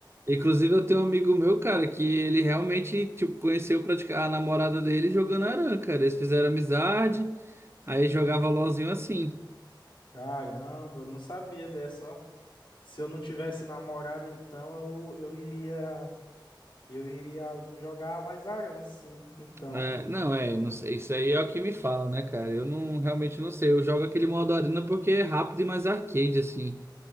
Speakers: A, on the right; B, on the left.
A: Inclusive, eu tenho um amigo meu, cara, que ele realmente, tipo, conheceu pratica- a namorada dele jogando aranha, cara. Eles fizeram amizade. Aí jogava LOLzinho assim.
B: Caramba, eu não sabia dessa, ó. Se eu não tivesse namorada, então eu, eu iria, eu iria jogar mais aran, sim. Então,
A: É, não, é, não sei, isso aí é o que me falam, né, cara? Eu não realmente não sei. Eu jogo aquele modo arena porque é rápido e mais arcade, assim.